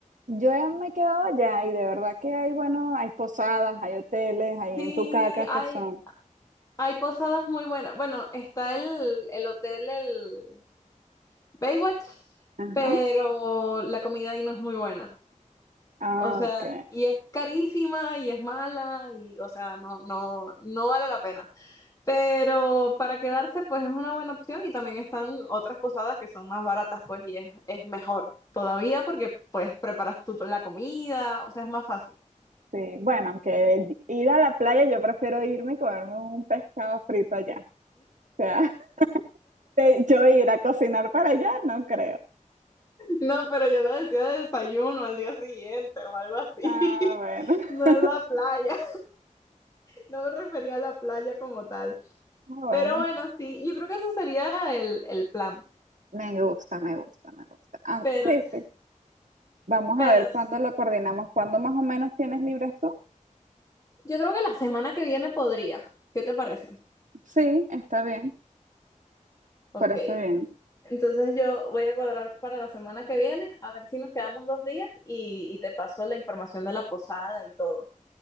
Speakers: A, on the right; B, on the left.
A: Yo he- me he quedado allá y de verdad que hay, bueno, hay posadas, hay hoteles, hay
B: Sí,
A: en Tucacas
B: hay,
A: que son.
B: Hay posadas muy buenas. Bueno, está el, el hotel, el Baywatch,
A: Ajá.
B: pero la comida ahí no es muy buena.
A: Ah,
B: O sea,
A: ok.
B: y es carísima y es mala y, o sea, no, no, no vale la pena. Pero para quedarse, pues es una buena opción y también están otras posadas que son más baratas, pues, y es, es mejor todavía porque, pues, preparas tú la comida, o sea, es más fácil. <laughs>
A: Sí, bueno, aunque ir a la playa, yo prefiero irme y comerme un pescado frito allá. O sea, <laughs> de- yo ir a cocinar para allá, no creo.
B: No, pero yo lo decía de desayuno al día siguiente o algo así,
A: Ah, bueno.
B: <laughs> no
A: <laughs>
B: en la playa. No me refería a la playa como tal.
A: Ah, Bueno,
B: Pero bueno, sí, yo creo que ese sería el, el plan.
A: Me gusta, me gusta, me gusta. Ah,
B: Pero,
A: sí, sí. Vamos
B: pero,
A: a ver cuándo lo coordinamos. ¿Cuándo más o menos tienes libres tú?
B: Yo creo que la semana que viene podría. ¿Qué te parece?
A: Sí, está bien.
B: Ok.
A: Parece bien.
B: Entonces yo voy a cuadrar para la semana que viene, a ver si nos quedamos dos días y, y te paso la información de la posada y todo.